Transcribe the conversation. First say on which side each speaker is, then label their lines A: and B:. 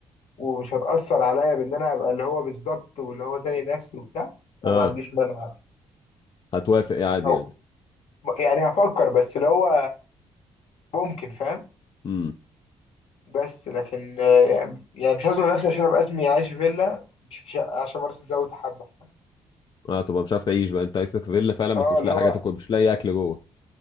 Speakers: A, on the left (about 60°); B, on the left (about 40°).
A: ومش هتأثر عليا بان انا ابقى اللي هو بالظبط واللي هو زي نفسي وبتاع
B: اه
A: لا ما عنديش مانع
B: هتوافق يا عادي
A: او
B: يعني
A: يعني هفكر بس اللي هو ممكن فاهم
B: امم
A: بس لكن آه، يعني مش هزنق نفسي عشان ابقى اسمي عايش في فيلا مش في شقه عشان برضه تزود حبه فاهم
B: اه طبعا مش عارف تعيش بقى انت اسمك في فيلا فعلا بس
A: اه
B: مش
A: اللي
B: لاقي
A: هو
B: حاجه تاكل مش لاقي اكل جوه